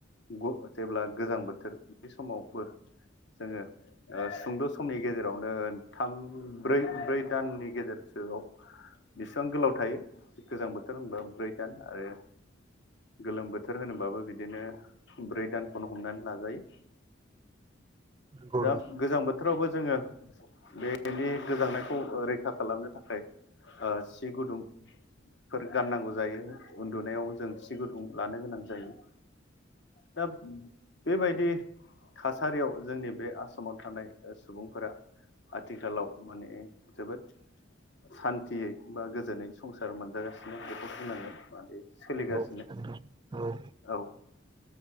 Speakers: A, on the left (about 65°); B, on the right (about 25°).
A: ग जेब्ला गोजां बोथोर बे समावबो जोङो ओ सुंद' समनि गेजेरावनो थाम ब्रै ब्रै दाननि गेजेर दोआव बेसेबां गोलाव थायो गोजां बोथोर होनबा ब्रै दान आरो गोलोम बोथोर होनोबाबो बिदिनो ब्रै दानखौनो हमनानै लाजायो
B: औ नंगौ उम नंगौ
A: दाब गोजां बोथोरावबो जोङो बेनि गोजांनायखौ ओ रैखा खालामनो थाखाय ओ सि गुदुं फोर गाननांगौ जायो उन्दुनायाव जों सि गुदुं लानो गोनां जायो दाब बेबायदि थासारियाव जोंनि बे आसामाव थानाय ओ सुबुंफोरा आथिखालाव माने जोबोद सान्थियै बा गोजोनै संसार मोनजागासिनो बेखौ बुंनांगोन माने सोलिगासिनो
B: नंगौ नंगौ औ औ
A: औ